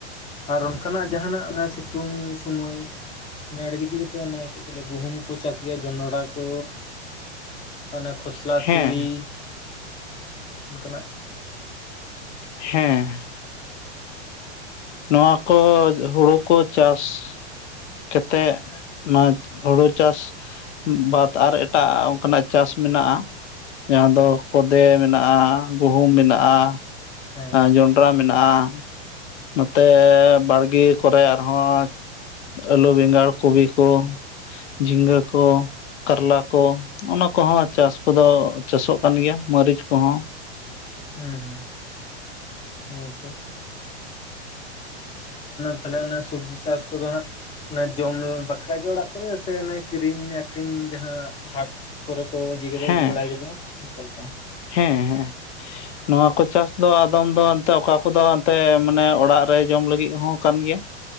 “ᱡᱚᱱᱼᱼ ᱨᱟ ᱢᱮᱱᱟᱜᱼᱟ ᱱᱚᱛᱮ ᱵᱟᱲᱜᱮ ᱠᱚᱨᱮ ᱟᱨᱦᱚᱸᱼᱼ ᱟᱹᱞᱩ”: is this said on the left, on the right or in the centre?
Left